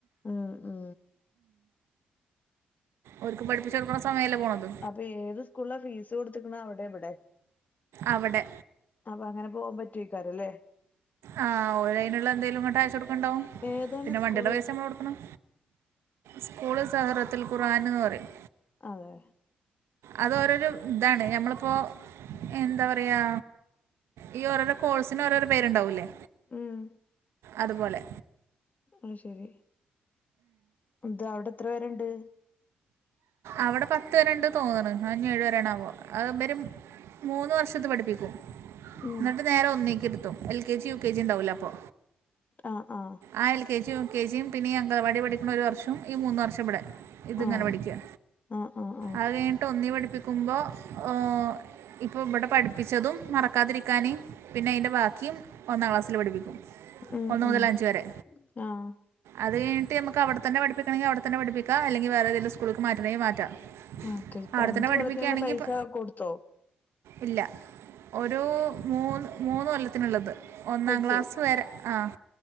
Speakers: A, on the left; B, on the right.
A: മ് മ്
B: ഓര്ക്ക് പഠിപ്പിച്ചൊട്ക്ക്ന്ന സമയല്ലേ പോണത്
A: അപ്പേത് സ്കൂളിലാ ഫീസ് കൊട്ത്ത്ക്കണേ അവ്ടെ ഇബടെ?
B: അവടെ
A: അപ്പ അങ്ങനെ പോവാം പറ്റൊയ്ക്കാരലേ?
B: ആഹ് ഓലയ്ന്ള്ളന്തേലും ഇങ്ങട്ട് അയച്ചൊട്ക്ക്ണ്ടാവും
A: ഏതാണ്
B: പിന്നെ
A: സ്കൂള്
B: വണ്ടിടെ പൈസ നമ്മള് കൊടുക്കണം സ്കൂള് സഹറത്തിൽ ഖുർആന് ന്ന് പറയും
A: അതെ
B: അത് ഓരോരു ഇതാണ് ഞമ്മളിപ്പോ എന്താ പറയാ ഈ ഓരോരോ കോഴ്സിന് ഓരോരോ പേര്ണ്ടാവൂല്ലേ?
A: ഉം
B: അതുപോലെ
A: അഹ്ശെരി ഇന്നട്ട് അവ്ടെത്ര വേരേണ്ട്?
B: അവ്ടെ പത്ത് വരേണ്ട് തോന്ന്ണ് അതോഞ്ഞ് ഏഴ്‌ വെരേണാവോ അഹ് ഇബര് മൂന്ന് വർഷത്ത് പഠിപ്പിക്കും
A: ഉം
B: ഇന്നെട്ട് നേരെ ഒന്നേക്കിരുത്തും L K G, U K G, ണ്ടാവൂലപ്പൊ
A: ആഹ് ആഹ്
B: ആ L K G, U K ജിയും, പിന്നെയീ അഗാനവാടി പഠിക്ക്ണൊരു വർഷും ഈ മൂന്ന് വർഷംബടെ ഇത്ങ്ങെനെ
A: ആഹ്
B: പഠിക്കാ
A: ആഹ് ആഹ് ആഹ്
B: അത് കഴിഞ്ഞിട്ട് ഒന്നി പഠിപ്പിക്കുമ്പോ ഹോ ഇപ്പം ഇബടെ പഠിപ്പിച്ചതും മറക്കാതിരിക്കാ ന് പിന്നെ അയിൻ്റെ ബാക്കിം ഒന്നാം ക്ലാസ്സില് പഠിപ്പിക്കും
A: ഉം
B: ഒന്ന് മുതൽ
A: ഉം
B: അഞ്ച് വരെ,
A: ആഹ്,
B: അത് കഴിഞ്ഞിട്ട് ഞമ്മക്ക് അവിടെത്തന്നെ പഠിപ്പിക്കണെങ്കി അവിടെത്തന്നെ പഠിപ്പിക്കാ അല്ലെങ്കി വേറേതെങ്കിലും സ്കൂക്ക് മാറ്റണെങ്കി മാറ്റാം,
A: മറ്റേ ഇപ്പ
B: അവിടെത്തന്നെ
A: അഞ്ചു
B: പഠിപ്പിക്ക്യാണെങ്കി
A: കൊല്ലത്തിനുള്ള പൈസ
B: പ
A: കൊടുത്തോ
B: ഇല്ല ഒരു മൂന്ന് മൂന്ന് കൊല്ലത്തിന്ള്ളത്, ഒന്നാം
A: കൊടുത്തു
B: ക്ലാസ് വരെ, ആഹ്